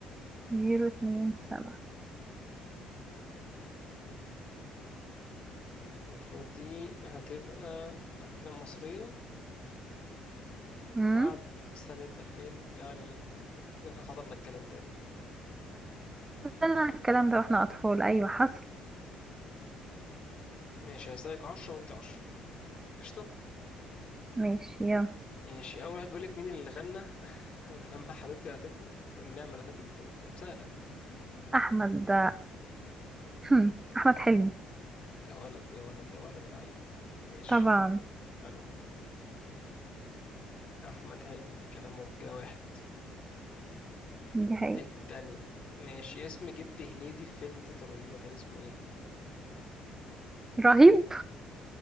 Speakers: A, on the right; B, on the left.
A: زيرو اتنين سبعة
B: المفروض دي هتبقى أفلام مصرية
A: امم
B: بعد سنة ألفين يعني لأن احنا حضرنا الكلام ده يعني
A: قلنا الكلام ده واحنا أطفال أيوة حصل
B: ماشي هسألك عشرة وأنت عشرة قشطة
A: ماشي يلا
B: ماشي أول واحد بيقولك مين اللي غنى <laughs> أنا لما حبيبتي هتكبر والنعمة لا تاكل الجو سهلة دي
A: أحمد ده <clears throat> أحمد حلمي
B: يا ولد يا ولد يا ولد العيب ماشي
A: طبعا
B: حلو أحمد حلمي كلام مظبوط كده واحد
A: دي حقيقة
B: التانية ماشي اسم جد هنيدي في فيلم تيتا رهيبة كان اسمه إيه؟
A: رهيب